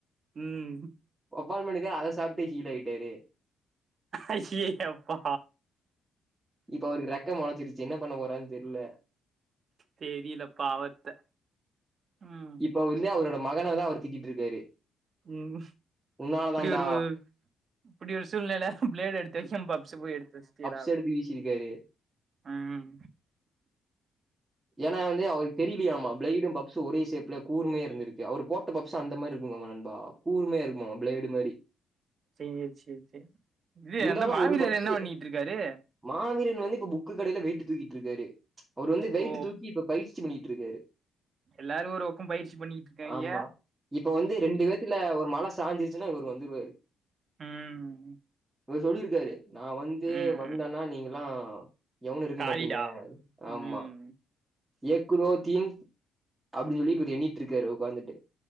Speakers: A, on the right; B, on the right.
A: ம்
B: ஒப்பால் மணி தா அத சாப்ட்டு ஹீல் ஆயிட்டாரு
A: அய்ய யப்பா
B: இப்ப அவருக்கு ரக்க முளைச்சிருச்சு என்ன பண்ண போறாறுன்னு தெரில
A: தெரில பாவத்த ம்
B: இப்ப அவரு வந்து அவரோட மகன தா அவர் திட்டிட்டு இருக்காரு
A: ம்
B: உன்னால
A: இப்டி
B: தாண்டா
A: ஒரு இப்டி ஒரு சூழ்நிலை ல பிளடு எடுத்து வைச்சே பப்ஸ் போய் எடுத்து வச்சுடயேடா
B: செருப்பு வீசிருக்காரு
A: ம்
B: ஏன்னா வந்து அவருக்கு தெரியலியாமா பிளைடு பப் சோ ஒரே ஷேப்ல கூர்மையா இருந்துருக்கு அவரு போட்ட பப்ஸ் அந்த மாறி இருக்குமே நண்பா கூர்மையா இருக்குமா பிளேடு மாறி
A: சேர் சேர் சேர் இது
B: இருந்தாலு
A: அந்த மாவீரர்
B: அவரு பப்ஸு
A: என்ன பண்ணிட்டு இருக்காரு
B: மாவீரன் வந்து இப்ப புக்கு கடையில வெயிட்டு தூக்கிட்டு இருக்காரு ச் அவர் வந்து வெயிட்டு
A: ஓ
B: தூக்கி இப்ப பயிற்சி பண்ணிட்டு இருக்காரு
A: எல்லாரு ஒரு பக்கோ பயிற்சி பண்ணிட்டு இருக்காங்க
B: ஆமா இப்ப வந்து ரெண்டு பேத்துல ஒரு மல சாஞ்சிடுச்சுன்னா இவர் வந்துருவாரு
A: ம்
B: இவர் சொல்லிருக்காரு நா வந்து
A: ம்
B: வந்தேன்னா
A: ம்
B: நீங்கல்லா எவனு இருக்க
A: காளிடா
B: மாட்டீங்க ஆமா
A: ம்
B: ஏக் தோ தீன் அப்டி சொல்லி இவரு எண்ணிட்டு இருக்காரு உட்காந்துட்டு